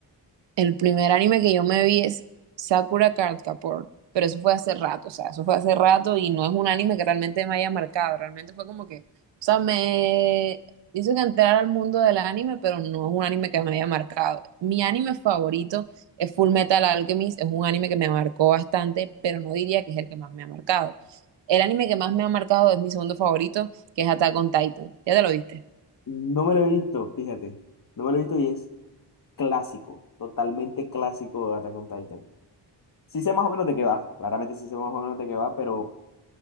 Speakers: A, on the right; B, on the left.
A: El primer anime que yo me vi es Sakura Card Captor, pero eso fue hace rato, o sea, eso fue hace rato y no es un anime que realmente me haya marcado, realmente fue como que, o sea, me hizo que entrar al mundo del anime, pero no es un anime que me haya marcado. Mi anime favorito es Full Metal Alchemist, es un anime que me marcó bastante, pero no diría que es el que más me ha marcado. El anime que más me ha marcado es mi segundo favorito, que es Attack on Titan. Ya te lo viste.
B: No me lo he visto, fíjate, no me lo he visto y es clásico, totalmente clásico de Attack on Titan. Sí sé más o menos de qué va, claramente sí sé más o menos de qué va, pero